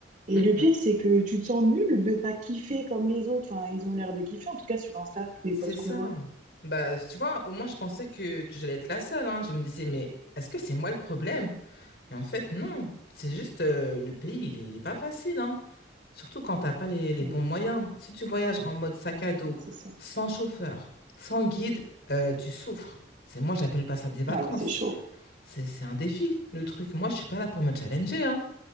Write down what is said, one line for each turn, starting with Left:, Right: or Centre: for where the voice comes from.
Right: Et
Left: Mm-mm.
Right: le pire, c'est que tu te sens nul de pas kiffer comme les autres. Enfin, ils ont l'air de kiffer, en tout cas sur Insta, tous les
Left: C'est
Right: posts
Left: ça.
Right: qu'on voit.
Left: Bah, tu vois, au moins, je pensais que, que j'allais être la seule. hein. Je me disais, mais est-ce que c'est moi le problème? Et en fait, non. C'est juste, euh, le pays, il est, il est pas facile, hein. Surtout quand t'as pas les, les
Right: Hmm,
Left: bons moyens. Si tu voyages en mode sac à dos,
Right: ouais, c'est ça.
Left: sans chauffeur, sans guide, euh, tu souffres. C'est moi, j'appelle pas ça des vacances.
Right: Ah, c'est chaud.
Left: C'est c'est un défi, le truc. Moi, je suis pas là pour me challenger, hein.